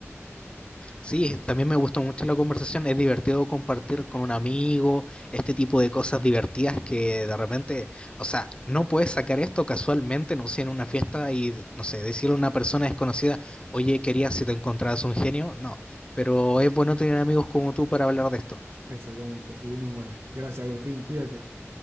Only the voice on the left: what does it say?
Sí, también me gustó mucho la conversación. Es divertido compartir con un amigo este tipo de cosas divertidas que de repente, o sea, no puedes sacar esto casualmente, no sé, en una fiesta y, no sé, decirle a una persona desconocida, oye, quería si te encontrabas un genio. No, pero es bueno tener amigos como tú para hablar de esto.